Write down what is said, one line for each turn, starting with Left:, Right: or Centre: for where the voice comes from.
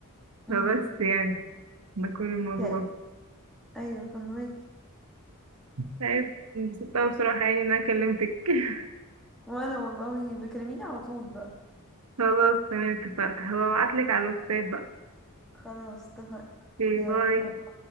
Right: فبس
Centre: امم
Right: يعني ده كل الموضوع
Centre: تا- أيوة فهماكي
Right: طيب انبسطت اوي بصراحة يعني ان انا كلمتك <laughs>
Centre: وأنا والله بكلميني على طول بقى
Right: خلاص تمام اتفقنا هبعتلك على الواتساب بقى
Centre: خلاص اتفقنا
Right: اوكي
Centre: يلا
Right: باي
Centre: باي.